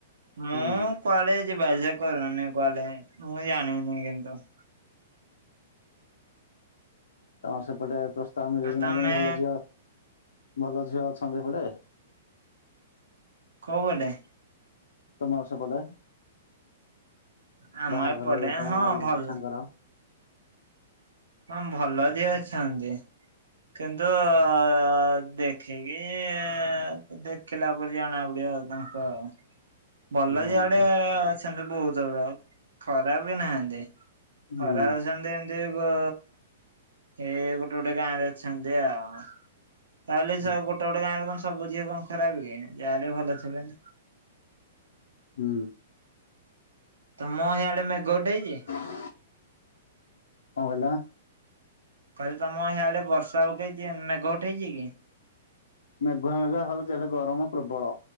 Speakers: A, on the right; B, on the left.
A: ମୁଁ
B: ହୁଁ।
A: କୁଆଡେ ଯିବା ଆସିବା କରୁନି କୁଆଡେ ମୁଁ ଜାଣିନି କିନ୍ତୁ।
B: ତ ସେପଟେ ପ୍ରସ୍ତାବ ମିଳିବ
A: ଆଉ
B: କି ନାଇଁ
A: ତମେ
B: ଜଣେ ଭଲ ଝିଅ ଭଲ ଝିଅ ଅଛନ୍ତି ସେପଟେ?
A: କଉ ପଟେ?
B: ତମର ସେପଟେ।
A: ଆମ
B: ବାହାଘର
A: ଏପଟେ
B: ହେବା ପାଇଁ
A: ହଁ
B: ଆଉ ଗୋଟେ
A: ଭଲ
B: ସାଙ୍ଗର।
A: ହଁ- ଭଲ ଝିଅ ଅଛନ୍ତି କିନ୍ତୁ ଦେଖ୍ ଦେଖିକି ଦେଖିଲା ପରେ ଜଣା ପଡିବ ଆଉ ତାଙ୍କ ଭଲ
B: ହୁଁ।
A: ଝିଅ ଆଡେ ଅଛନ୍ତି ବହୁତୁ ଖରାପ୍ ବି ନାହାନ୍ତି।
B: ହୁଁ
A: ଖରାପ୍ ଜେନ୍ତି ଏନ୍ତି ବ ଏ ଗୋଟେ ଗୋଟେ ଗାଁରେ ଅଛନ୍ତି ଆଉ। ତାବଲି
B: ହୁଁ
A: ଗୋଟେ ଗୋଟେ ଗାଁରେ କଣ ସବୁ ଝିଅ କଣ ଖରାପ୍ କି ଯାହେଲେ ଭଲ ଥିବେ।
B: ହୁଁ।
A: ତମ ହିଆଡେ ମେଘ ଉଠେଇଚି?
B: କଣ କହିଲ?
A: କହିଲି ତମ ହିଆଡେ ବର୍ଷା ଉଠେ- ମେଘ ଉଠେଇଚି କି?
B: ମେଘୁଆ ମେଘୁଆ ହଉଚି ହେଲେ ଗରମ ପ୍ରବଳ